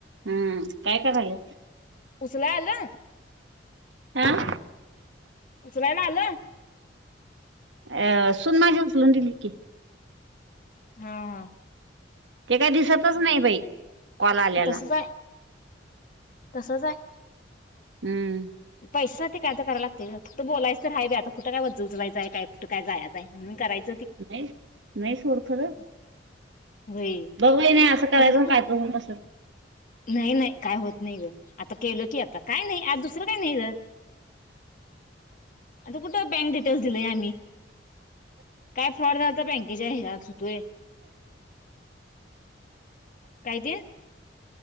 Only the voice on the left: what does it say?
उसल हल
सुनायला आल
हा हा
तसच आहे तसच आहे
पैसासाठी काय तर कराय लागते फक्त बोलायच तर आहेय बे आता कुठं काय जुजलायचय काय कुठं काय जायचंय म्हणून कयच
होय
आम्ही
नाही नाही काय होत नाही ग आता केलं की आता काय नाही आज दुसरं काय नाही ग आता कुठं बँक डिटेल्स दिलेय आम्ही काय फ्रॉड झा बँकेच्या आहे सुतोय कायज